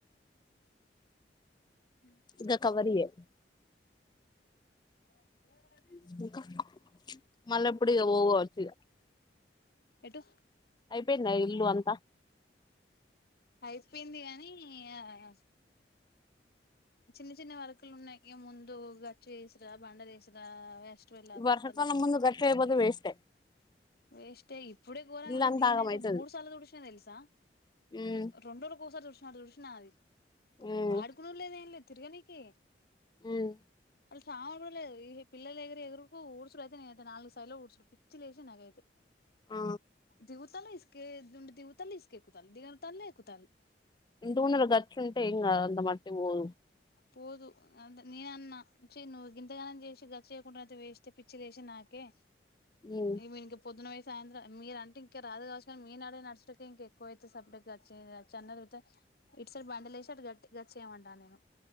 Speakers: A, on the left; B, on the left.
A: హు
B: <unintelligible> కవరియే
A: <unintelligible>
B: ఇంక
A: ఎటు
B: అయిపోయింద ఇల్లు అంత
A: అయిపోయింది గానీ ఇగ చిన్న చిన్న వర్కులు ఉన్నాయి ఇగముందు గచ్చి వేసురా బండ వేసురా ఎ వెళ్ళవా
B: వర్షాకాలం
A: వత్తలేదంటారు
B: ముందు గట్ల అయిపోతే వేస్టే
A: వేస్టే ఇప్పుడే గొరంగా
B: ఇల్లంతా
A: పోయి నేనైతే
B: ఆగం అయితది
A: మూడు సార్లు తుడిసినా తెలుసా
B: ఉమ్
A: రెండోళ్ళకొసరి తుడుస్నట్టు తుడుస్నా అది
B: ఉమ్
A: వాడుకునేళ్లేనే ఇగ తిర్గనికె
B: ఉమ్
A: కాదులే పిల్ల దగ్గర ఎదురుకు ఊర్చడు అయితే ననైతే నాలుగు సార్లు ఊడ్చడు పిచ్చి లేేసిది నాకైతే
B: ఆ
A: దవుతల ఇస్కే ద దవుతల ఇసుకే ఎకుతాల దవతల ఎకుతలు
B: ఇంటిముదలా గర్చ్చుంటే ఇం కాదు అంత మట్టి పోదు
A: పోదు అే నేనన్నా చి నువ్వు గంతగానం చేసి గచ్చ చేయకుండా అయితే వేస్తే పి పిచ్చిలేసి నాకే
B: ఉమ్
A: ఏమైందో పొద్దున ఓయి సాయంత్రం మీరు అంటే ఇంకా రాదు కావచ్చు కానీ మీనాడే నడిచినకే ఇంక ఎక్కువ అైతే సపరేట్గా అన్నగియితే ఇటు సైడ్ బండ్లేషి అంటూ గచ్చేమాంటాను నేను